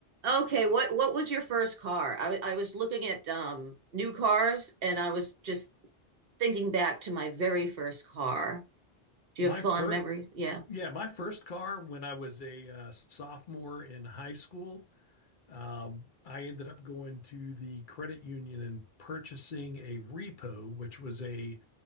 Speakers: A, on the right (about 65°); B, on the left (about 55°).
A: Okay, what what was your first car? I, w- I was looking at um, new cars and I was just thinking back to my very first car. Do
B: My
A: you have fond
B: first,
A: memories? Yeah.
B: yeah, my first car when I was a uh, sophomore in high school, um, I ended up going to the credit union and purchasing a repo, which was a